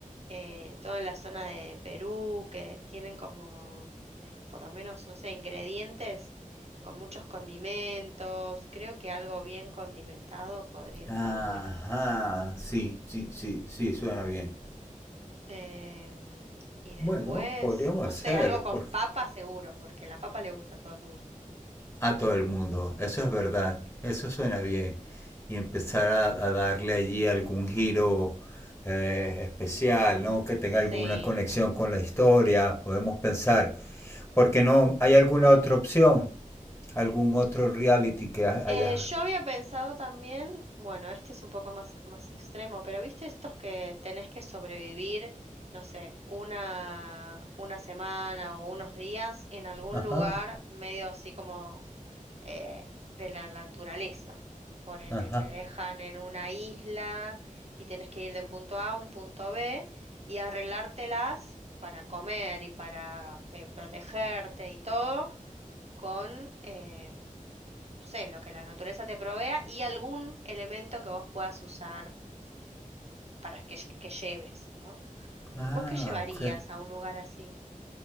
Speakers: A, on the right; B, on the left.
A: eh, toda la zona de Perú, que tienen como, por lo menos, no sé, ingredientes con muchos condimentos, creo que algo bien condimentado podría
B: Ajá,
A: estar bueno.
B: sí, sí, sí, sí, suena bien.
A: Em, y después,
B: Bueno, podríamos
A: no
B: hacer,
A: sé, algo con
B: por-
A: papa seguro, porque la papa le gusta a todo el mundo.
B: a todo el mundo. Eso es verdad, eso suena bien. Y empezar a, a darle allí algún giro eh, especial, ¿no? Que tenga
A: Sí.
B: alguna conexión
A: Ah.
B: con la historia, podemos pensar. porque no hay alguna otra opción? ¿Algún otro reality que ha-
A: Eh,
B: haya...
A: yo había pensado también, bueno, este es un poco más, más extremo, pero viste estos que tenés que sobrevivir, no sé, una, una semana o unos días en algún
B: Ajá,
A: lugar medio así como eh, de la naturaleza. por el
B: ajá.
A: te dejan en una isla y tienes que ir de un punto A a un punto B y arreglártelas para comer y para eh, protegerte y todo con, eh, no sé, lo que la naturaleza te provea y algún elemento que vos puedas usar para que, lle- que lleves, ¿no?
B: Ah,
A: ¿Vos qué llevarías
B: ok.
A: a un lugar así?